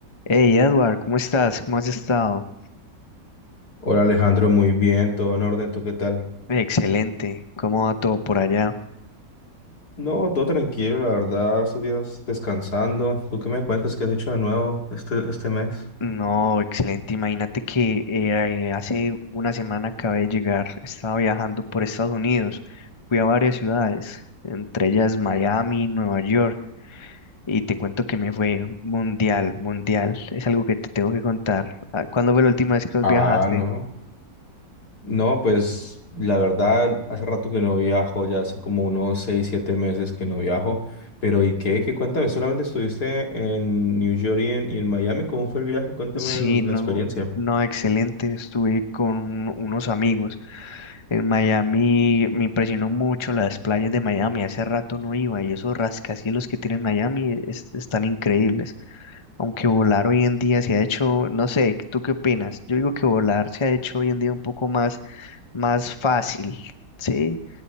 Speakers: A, on the left; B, on the left.
A: Hey Edward, ¿cómo estás? ¿Cómo has estado?
B: Hola Alejandro, muy bien, todo en orden, ¿tú qué tal?
A: Excelente, ¿cómo va todo por allá?
B: No, todo tranquilo, la verdad, estos días descansando. ¿Tú qué me cuentas? ¿Qué has hecho de nuevo este, este mes?
A: No, excelente, imagínate que eh, eh, hace una semana acabé de llegar, estaba viajando por Estados Unidos, fui a varias ciudades, entre ellas Miami, Nueva York, y te cuento que me fue mundial, mundial, es algo que te tengo que contar. Ah, ¿Cuándo fue la última vez que vos
B: Ah,
A: viajaste?
B: no. No, pues la verdad, hace rato que no viajo, ya hace como unos seis, siete meses que no viajo. Pero ¿y qué? ¿Qué cuéntame? ¿Solamente estuviste en New York y en, y en Miami? ¿Cómo fue el viaje? Cuéntame
A: Sí,
B: la
A: no,
B: experiencia.
A: no, excelente, estuve con unos amigos. En Miami me impresionó mucho las playas de Miami, hace rato no iba y esos rascacielos que tiene Miami es- están increíbles, aunque volar hoy en día se ha hecho, no sé, ¿tú qué opinas? Yo digo que volar se ha hecho hoy en día un poco más, más fácil, ¿sí?